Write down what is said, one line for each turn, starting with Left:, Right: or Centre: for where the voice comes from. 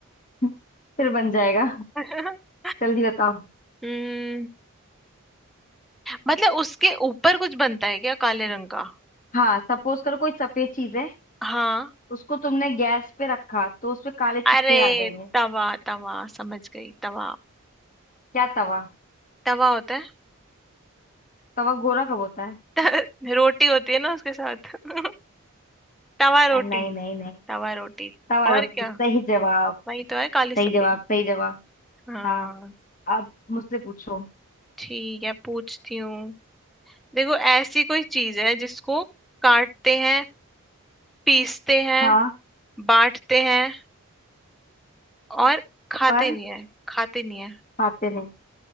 Left: <laughs> फिर बन जाएगा
Centre: <laughs>
Left: जल्दी बताओ
Centre: हम्म मतलब उसके ऊपर कुछ बनता है क्या काले रंग का
Left: हाँ सपोज करो कोई सफेद चीज है
Centre: हाँ
Left: उसको तुमने गैस पे रखा तो उसपे काले
Centre: अरे
Left: चित्ते आ जाएंगे
Centre: तवा तवा समझ गई तवा
Left: क्या तवा
Centre: तवा होता है
Left: तवा गोरा कब होता है
Centre: <laughs> त- रोटी होती है ना उसके साथ <laughs> तवा
Left: अ,
Centre: रोटी
Left: नहीं नहीं नहीं
Centre: तवा रोटी
Left: तवा
Centre: और
Left: रोटी
Centre: क्या
Left: सही जवाब
Centre: वही तो है काली सफेद
Left: सही जवाब सही जवाब
Centre: हाँ
Left: हाँ अब मुझसे पूछो
Centre: ठीक है पूछती हूँ देखो ऐसी कोई चीज है जिसको काटते हैं पीसते हैं
Left: हाँ
Centre: बांटते हैं और खाते
Left: पर
Centre: नहीं है खाते नहीं है
Left: खाते नहीं